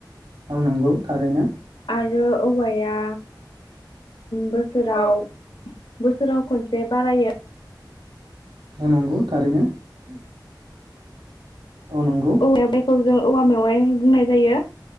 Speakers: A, on the right (about 85°); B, on the left (about 80°).
A: औ नंगौ थारैनो
B: आरो औवाया बोसोराव बोसोराव खनसे बारायो
A: औ नंगौ थारैनो
B: <unintelligible>
A: औ नंगौ
B: औवा मेवाइ बुंनाय जायो